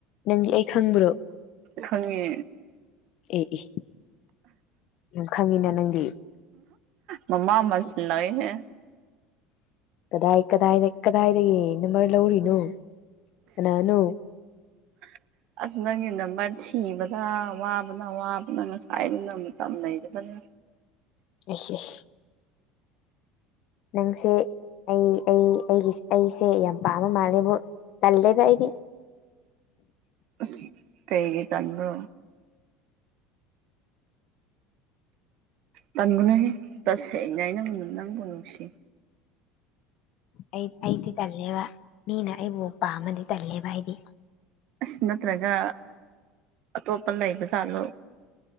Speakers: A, on the left (about 60°); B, on the right (about 60°).
A: ꯅꯪꯗꯤ ꯑꯩ ꯈꯪꯕ꯭ꯔꯣ
B: ꯅꯪꯒꯤ
A: ꯑꯦ ꯑꯦ ꯅꯪ ꯈꯪꯉꯤꯅ ꯅꯪꯗꯤ
B: ꯃꯃꯥ ꯃꯁꯂꯥꯏꯍꯦ
A: ꯀꯗꯥꯏ ꯀꯗꯥꯏꯗ ꯀꯗꯥꯏꯗꯒꯤ ꯅꯝꯕꯔ ꯂꯧꯔꯤꯅꯣ ꯀꯅꯥꯅꯣ
B: <unintelligible> ꯑꯁ ꯅꯪꯒꯤ ꯅꯝꯕꯔ ꯊꯤꯕꯗ ꯋꯥꯕꯅ ꯋꯥꯕꯅ ꯉꯁꯥꯏꯗꯩ ꯅꯝꯇꯝꯅꯩꯗꯅꯥ
A: ꯑꯩꯁ ꯑꯩꯁ ꯅꯪꯁꯦ ꯑꯩ ꯑꯩ ꯑꯩꯒꯤ ꯑꯩꯁꯦ ꯌꯥꯝ ꯄꯥꯝꯕ ꯃꯥꯜꯂꯦꯕꯨ ꯇꯜꯂꯦꯗ ꯑꯩꯗꯤ
B: ꯑꯁ ꯀꯩꯒꯤ ꯇꯟꯕ꯭ꯔꯣ ꯇꯟꯒꯥꯅꯨꯍꯦ ꯇꯁꯦꯡꯅꯥ ꯑꯩ ꯅꯪ ꯅꯪꯕꯨ ꯅꯨꯡꯁꯤ
A: ꯑꯩ ꯑꯩꯗꯤ ꯇꯜꯂꯦꯕ ꯃꯤꯅ ꯑꯩꯕꯨ ꯄꯥꯝꯃꯗꯤ ꯇꯜꯂꯦꯕ ꯑꯩꯗꯤ
B: ꯑꯁ ꯅꯠꯇ꯭ꯔꯒ ꯑꯇꯣꯞꯄ ꯂꯩꯕ ꯖꯥꯠꯂꯣ